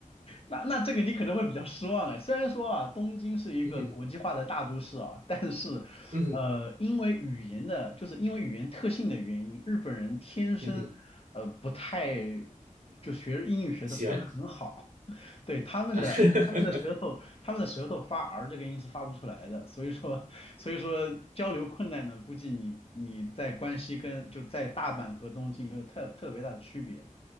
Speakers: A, on the left; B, on the right.
A: 那那这个你可能会比较失望哎，虽然说啊，东京是一个国际化的大都市啊，
B: 嗯哼，
A: 但是，
B: 嗯哼，
A: 呃，因为语言的，就是因为语言特性的原因，日本人天生，
B: 嗯哼，
A: 呃，不太，就学英语学的不是很好，
B: 希望
A: <laughs> 对，他们的他们的舌头，
B: 啊，<laughs>
A: 他们的舌头发 R 这个音是发不出来的，所以说所以说交流困难呢，估计你你在关西跟就在大阪和东京没有特特别大的区别